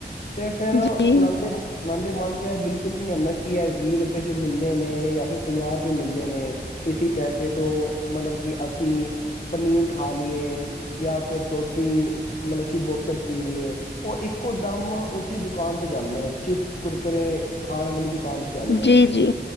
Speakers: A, on the left; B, on the left.
A: ਤੇ ਫੇਿਰ ਉਹਨਾਂ
B: ਜੀ ਜੀ
A: ਦੇ ਉਹਨਾਂ ਦੇ ਮਨ ਚ ਇਹ ਬਿਲਕੁਲ ਵੀ ਨੀ ਆਉਂਦਾ ਕੀ ਹੈ ਵੀਹ ਰੁਪਏ ਚ ਮਿਲਦੇ ਨੇ ਜਾਂ ਫਿਰ ਪੰਜਾਹ ਰੁਪਏ ਮਿਲਲੇ ਨੇ ਇਸ ਪੈਸੇ ਤੋਂ ਮਤਲਬ ਕਿ ਅਸੀਂ ਪਨੀਰ ਖਾ ਲਈਏ ਜਾਂ ਫਿਰ ਦੁੱਧ ਦੀ ਮਤਲਬ ਕਿ ਬੋਤਲ ਪੀ ਲਈ ਏ ਉਹ ਇੱਕੋ ਦਮ ਉਸ ਦੁਕਾਨ ਤੇ ਜਾਂਦੇ ਨੇ ਚਿਪਸ ਕੁਰਕਰੇ ਖਾਣ ਵਾਲੀ ਦੁਕਾਨ ਤੇ ਜਾਂਦੇ
B: ਜੀ
A: ਨੇ
B: ਜੀ